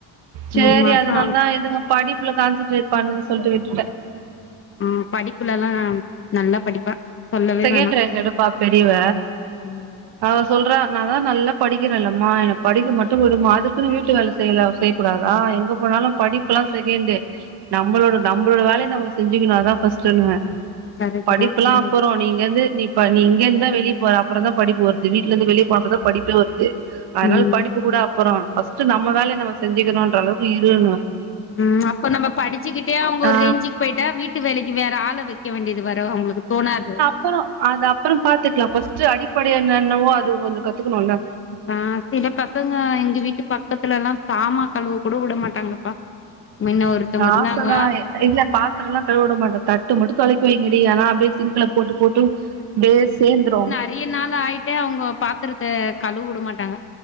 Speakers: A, on the right; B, on the left.
A: சேரி
B: மூணு மாசோ
A: அதுனால தா எதுவு படிப்புல கான்சன்ட்ரேட் பண்ணுன்னு சொல்ட்டு விட்டுட்டே
B: ம் படிப்புலல்லா நல்லா படிப்பா சொல்லவே
A: செகண்ட்
B: வேணா
A: ரேங்க் எடுப்பா பெரியவ
B: ம்
A: அவ சொல்றா நா தா நல்லா படிக்கிறேலம்மா என படிக்க மட்டு விடுமா அதுக்குன்னு வீட்டு வேல செய்யல செ கூடாதா எங்க போனாலு படிப்புல்லா செகண்டு நம்மளோட நம்மளோட வேலய நம்ம செஞ்சுக்குனாதா ஃபஸ்டுனுவே
B: கரெக்ட்டு
A: படிப்புல்லா
B: தா சொன்னது
A: போ நீ இங்கருந்து நீ ப நீ இங்கிருந் தா வெளிய போற அப்புற தா படிப்பு வருது வீட்ல இருந்து வெளிய போனப்பறோதா படிப்பே வருது அதனால
B: ம்
A: படிப்பு கூட அப்பறோ ஃபர்ஸ்ட் நம்ம வேலய நம்ம செஞ்சுக்கிறோன்ற அ ளவுக்கு இருனுவே
B: ம் அப்ப நம்ப படிச்சுக்கிட்டே அவுங்க
A: ஆ
B: ஒரு ரேஞ்சு போயிட்டா வீட்டு வேலைக்கு வேற ஆள வைக்க வேண்டியது வரு அவுங்களுக்கு தோணாது
A: அப்புற அது அப்புற பாத்துக்கலா ஃபர்ஸ்ட் அடிப்படை என்னென்னவோ அது கொஞ்சோ கத்துக்கணுல
B: அ சில பசங்க எங்க வீட்டு பக்கத்துல எல்லா சாமா கழுவ கூட விட மாட்டாங்கப்பா மின்ன ஒருத்தவங்க
A: காசதா
B: இருந்தாங்க
A: இல்ல பாத் த்தரல்லா கழுவ விட மாட்டே தட்டு மட்டு தொலக்கி வைங்க டி ஆனா அப்டி சின்க்ல போட்டு போட்டு அப்டியே சேந்துரு
B: நிறைய நாள் ஆயிட்டே அவுங்க பாத்திரத்த கழுவ விட மாட்டாங்க